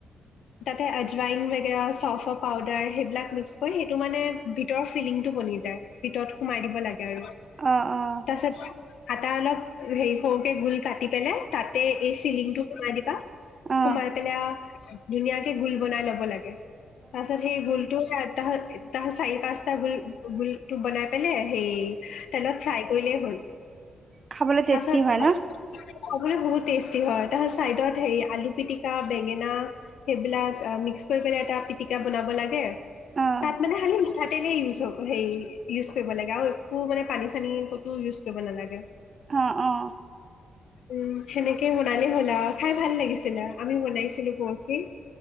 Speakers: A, on the left; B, on the right.
A: তাতে আজৱাইন বেগেৰা চ'ফ পাউদাৰ সেইবিলাক মিক্স কৰি, সেইটো মানে ভিতৰৰ ফিলিংটো বনি যায়। ভিতৰত সোমাই দিব লাগে আৰু,
B: অ',
A: তাৰ পিছত আটা অলপ হেৰি সৰুকে গোল কাটি পেলাই তাতে এই ফিলিংটো সোমাই দিবা। সোমাই
B: অ', অ', অ',
A: পেলাই আৰু ধুনীয়াকে গোল বনাই ল'ব লাগে। তাৰপিছত সেই গোল টো তাহ তাহ চাৰি পাঁচটা গোল গোল টো বনাই পেলাই হে' তেলত ফ্ৰাই কৰিলে হ'ল।
B: খাবলৈ টেষ্টি
A: তাৰপিছত
B: হয় ন?
A: খাবলৈ বহুত টেষ্টি হয়। তাৰপিছত চাইডত হেৰি আলু পিটিকা, বেঙেনা, সেইবিলাক মিক্স কৰি পেলাই এটা পিটিকা বনাব লাগে
B: অ',
A: তাত মানে খালী হাতেৰে ইউজ হব, হেৰি ইউজ কৰিব লাগে আৰু একো মানে পানী-চানী ক'তো ইউজ কৰিব নালাগে।
B: অ'অ।
A: উম সেনেকেই বনালে হ'ল আৰু খাই ভাল লাগিছিলে, আমি বনাইছিলোঁ পৰহি।